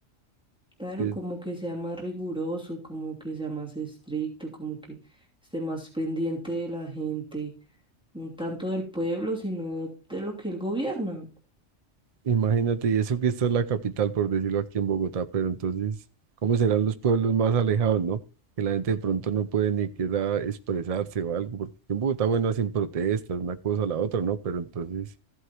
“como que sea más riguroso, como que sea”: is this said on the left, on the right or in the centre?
Centre